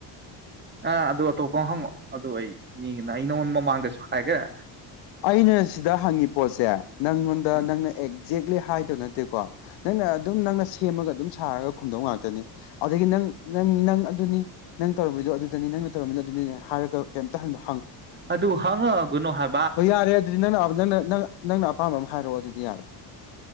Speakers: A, on the right (about 25°); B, on the left (about 85°).
A: ꯑ ꯑꯗꯨ ꯑꯇꯣꯞꯄ ꯑꯃ ꯍꯉꯛꯑꯣ ꯑꯗꯨ ꯑꯩ ꯃꯤꯅ ꯑꯩ ꯅꯉꯣꯟ ꯃꯃꯥꯡꯗꯁꯨ ꯍꯥꯏꯈ꯭ꯔ
B: ꯑꯩꯅ ꯁꯤꯗ ꯍꯉꯤ ꯄꯣꯠꯁꯦ ꯅꯉꯣꯟꯗ
A: ꯎꯝ
B: ꯅꯡꯅ ꯑ ꯖꯦꯛꯂꯤ ꯍꯥꯏꯗꯧ ꯅꯠꯇꯦꯀꯣ ꯅꯡꯅ ꯑꯗꯨꯝ ꯅꯡꯅ ꯁꯦꯝꯃꯒ ꯑꯗꯨꯝ ꯁꯥꯔꯒ ꯈꯡꯗꯧ ꯉꯥꯛꯇꯅꯤ ꯑꯗꯒꯤ ꯅꯡ ꯅꯡ ꯅꯡ ꯑꯗꯨꯅꯤ ꯅꯡ ꯇꯧꯔꯝꯃꯤꯗꯣ ꯑꯗꯨꯗꯅꯤ ꯅꯡ ꯇꯧꯔꯝꯃꯤꯗꯨ ꯑꯗꯨꯗꯅꯦ ꯍꯥꯏꯔꯒ ꯀꯩꯝꯇ ꯍꯩꯃꯥ
A: ꯑꯗꯨ ꯍꯉꯥꯒꯨꯅꯣ ꯍꯥꯏ
B: ꯍꯣꯏ ꯌꯥꯔꯦ ꯑꯗꯨꯗꯤ ꯅꯡꯅ ꯅ ꯅꯡꯅ ꯑꯄꯥꯝꯕ ꯑꯃ ꯍꯥꯏꯔꯛꯑꯣ ꯑꯗꯨꯗꯤ ꯌꯥꯔꯦ